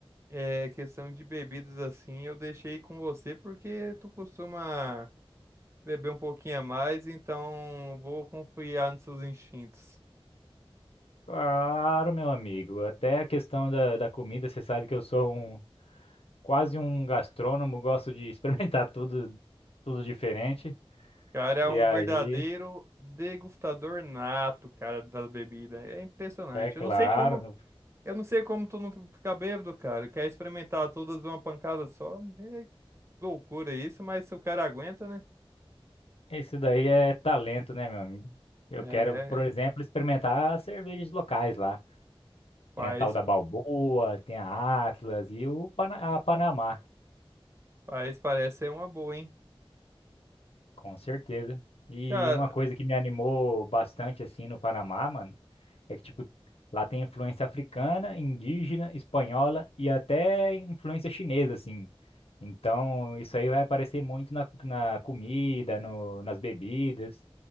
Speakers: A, on the right (about 25°); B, on the left (about 75°).
A: é questão de bebidas assim, eu deixei com você porque tu costuma beber um pouquinho a mais, então vou confiar nos seus instintos.
B: Claro, meu amigo. Até a questão da, da comida, você sabe que eu sou um. quase um gastrônomo, <laughs> gosto de experimentar <laughs> tudo, tudo diferente.
A: Cara, é
B: E
A: um
B: aí,
A: verdadeiro degustador nato, cara, da bebida. É impressionante.
B: é claro,
A: Eu não sei como, eu não sei como tu não fica bêbado, cara. Quer experimentar todas de uma pancada só? É loucura isso, mas se o cara aguenta, né?
B: isso daí é talento, né, meu amigo? Eu
A: É,
B: quero, por exemplo, experimentar as cervejas locais lá.
A: Paz,
B: Tem a tal da Balboa, tem a Atlas e o Pana- a Panamá.
A: paz parece ser uma boa, hein?
B: Com certeza. E
A: Cara,
B: uma coisa que me animou bastante assim no Panamá, mano, é que tipo lá tem influência africana, indígena, espanhola e até influência chinesa assim. Então, isso aí vai aparecer muito na, na comida, no, nas bebidas,